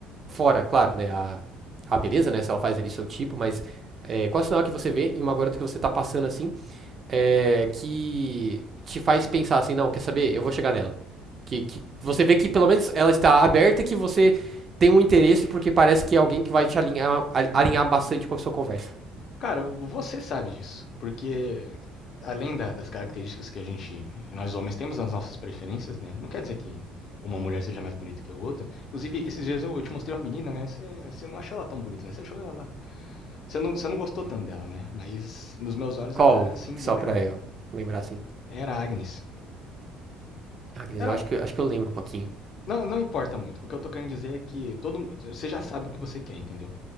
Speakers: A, on the right (about 35°); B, on the left (about 50°).
A: Fora, claro, né? A, a beleza, né? Se ela faz ali seu tipo, mas é, qual o sinal que você vê em uma garota que você tá passando assim? é, que te faz pensar assim, não, quer saber? Eu vou chegar nela. Que, que você vê que pelo menos ela está aberta e que você tem um interesse porque parece que é alguém que vai te alinhar, a- alinhar bastante com a sua conversa.
B: Cara, você sabe disso, porque além da- das características que a gente, nós homens, temos nas nossas preferências, né? Não quer dizer que uma mulher seja mais bonita que a outra. Inclusive, esses dias eu, eu te mostrei uma menina, né? Você você não achou ela tão bonita, né? Você achou ela. Você não, você não gostou tanto dela, né? Mas nos meus olhos
A: Qual?
B: ela era, assim,
A: Só
B: bem legal.
A: pra eu lembrar assim.
B: Era a Agnes.
A: Ah, Guinness,
B: Era,
A: eu acho que, acho que eu lembro um pouquinho.
B: não, não importa muito. O que eu tô querendo dizer é que todo mu- você já sabe o que você quer, entendeu?